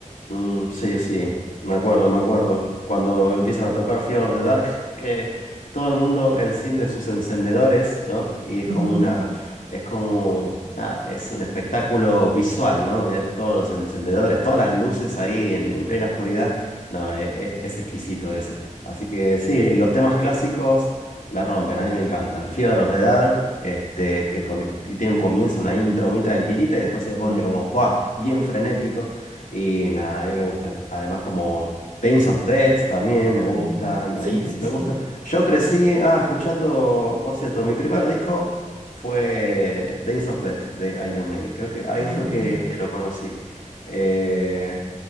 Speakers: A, on the left (about 75°); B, on the right (about 75°).
A: Mm, sí, sí, me acuerdo, me acuerdo. Cuando empiezan a tocar Fear de Dark, que todo el mundo enciende sus encendedores, ¿no? Y y es como
B: Ujú,
A: una, es como, nada, es un espectáculo visual, ¿no? Ver todos los encendedores, todas las luces ahí en, en plena oscuridad. No, e- e- es, exquisito eso. Así que sí, los temas clásicos la rompen, a mí me encantan. Fear de Dark, este, que comi- tiene un comienzo, una intro muy tranquilita y después se pone
B: ujú,
A: como, ¡fua! Bien frenético. Y nada, a mí me gustan. Además, como Days of Death también me gustan.
B: ujú, ujú. Sí,
A: A mí
B: sí,
A: me
B: sí.
A: gusta. Yo crecí, ah, escuchando, por cierto, mi primer disco fue Days of Death de Iron Maiden. Creo que ahí
B: Ah,
A: fue
B: mira.
A: que, que lo conocí. Eh,